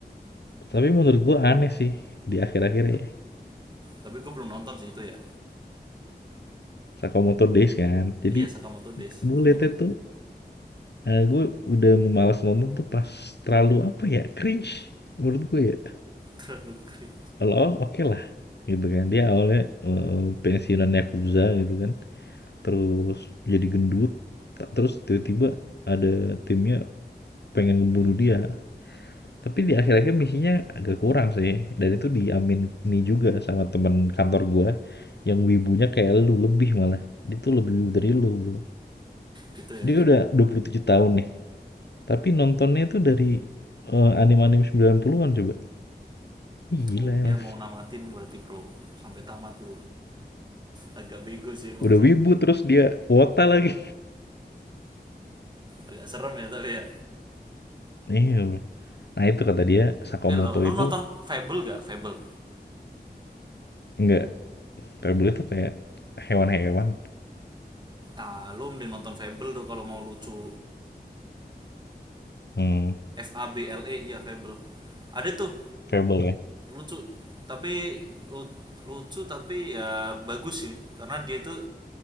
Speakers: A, on the left; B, on the right.
A: Tapi menurut gue aneh sih di akhir-akhir ya,
B: Tapi gue belum nonton sih itu ya.
A: Sakamoto Days kan. Jadi
B: Iya Sakamoto Days
A: gue
B: belum
A: liatnya
B: nonton.
A: tuh, eee, gue udah mau malas nonton tuh pas terlalu apa ya, cringe menurut gue ya.
B: <laughs> Terlalu cringe.
A: Awal-awal oke lah gitu kan, dia awalnya, eee, pensiunan yakuza gitu kan. terus jadi gendut ta- terus tiba-tiba ada timnya pengen ngebunuh dia tapi di akhir-akhir misinya agak kurang sih dan itu diamin nih juga sama teman kantor gue yang wibunya kayak lu lebih malah dia tuh lebih wibu dari lu bro
B: Gitu ya.
A: dia udah 27 tahun nih tapi nontonnya itu dari eh, anime-anime 90-an coba gila
B: Oh,
A: emang
B: dia mau namatin berarti bro. Sampai tamat bro. Agak bego sih emang
A: udah
B: sih.
A: wibu terus dia wota lagi
B: Agak serem ya tapi ya.
A: iya nah itu kata dia Sakamoto
B: Eh lo, lu
A: itu
B: nonton Fable gak? Fable.
A: enggak Pebble itu kayak hewan-hewan
B: Ah, lu mending nonton Fable tuh kalau mau lucu.
A: hmm
B: F A B L E iya Fable. Ada tuh
A: Fable ya?
B: lucu tapi lu- lucu tapi ya bagus sih karena dia itu